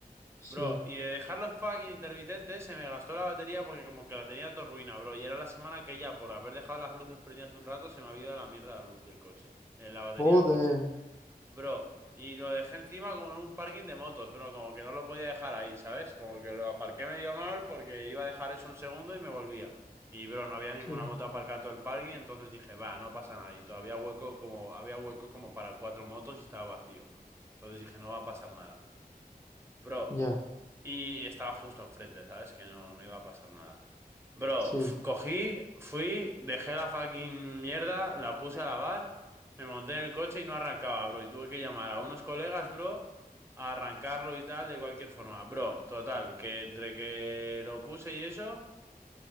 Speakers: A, on the left; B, on the right.
A: sí.
B: Bro, y de dejar los fucking intermitentes se me gastó la batería porque como que la tenía todo ruina, bro. Y era la semana que ya por haber dejado las luces prendidas un rato se me había ido la mierda la luz del coche. eh, la batería
A: Joder,
B: del coche. Bro, y lo dejé encima como en un parking de motos, bro. Como que no lo podía dejar ahí, ¿sabes? Como que lo aparqué medio mal porque iba a dejar eso un segundo y me volvía. Y bro, no había ninguna
A: sí,
B: moto aparcada en todo el parking, entonces dije, va, no pasa nada. Y todavía hueco como, había hueco como para cuatro motos y estaba vacío. Entonces dije, no va a pasar nada. Bro.
A: ya,
B: Y estaba justo enfrente, ¿sabes? Que no, no iba a pasar nada. Bro,
A: sí.
B: f- cogí, fui, dejé la fucking mierda, la puse a lavar, me monté en el coche y no arrancaba, bro. Y tuve que llamar a unos colegas, bro, a arrancarlo y tal, de cualquier forma. Bro, total, que entre que lo puse y eso...